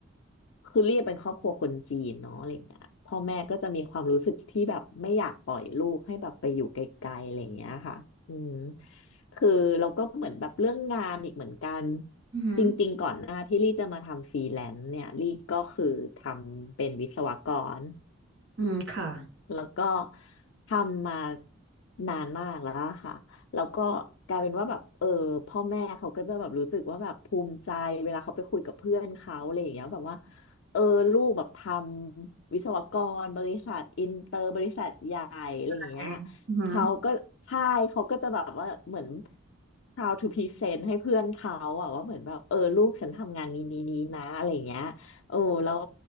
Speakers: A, on the left; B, on the right.
A: คือลี่เป็นครอบครัวคนจีนเนาะอะไรเงี้ยพ่อแม่ก็จะมีความรู้สึกที่แบบไม่อยากปล่อยลูกให้แบบไปอยู่ไกลๆอะไรเงี้ยค่ะอืมคือเราก็เหมือนแบบเรื่องงานอีกเหมือนกัน
B: อือหือ
A: จริงๆก่อนหน้าที่ลี่จะมาทำฟรีแลนซ์เนี่ยลี่ก็คือทำเป็นวิศวกร
B: อืมค่ะ
A: แล้วก็ทำมานานมากแล้วอะค่ะ แล้วก็กลายเป็นว่าแบบเออพ่อแม่เขาก็จะแบบรู้สึกว่าแบบภูมิใจเวลาเขาไปคุยกับเพื่อนเขาอะไรอย่างเงี้ยแบบว่าเออลูกแบบทำวิศวกรบริษัทอินเตอร์บริษัทใหญ่อะไรอย่างเงี้ย
B: ไปอือหือ
A: เขาก็ใช่เขาก็จะแบบว่าเหมือน proud to present ให้เพื่อนเขาอะว่าเหมือนแบบเออลูกฉันทำงานนี้นี้นี้นะอะไรอย่างเงี้ย โอ้แล้ว